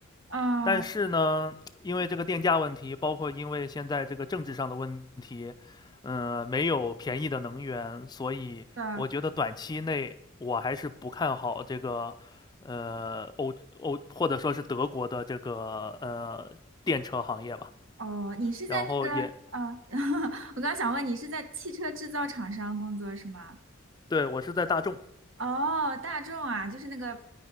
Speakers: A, on the right; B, on the left.
A: 嗯，
B: 但是呢，因为这个电价问题，包括因为现在这个政治上的问题，嗯、呃没有便宜的能源，所以我觉得短期内我还是不看好这个，
A: 对，
B: 呃，欧欧或者说是德国的这个呃电车行业吧。
A: 哦，你是在那个，
B: 然后也
A: 啊？<laughs> 我刚想问你是在汽车制造厂商工作是吗？
B: 对我是在大众，
A: 哦，大众啊，就是那个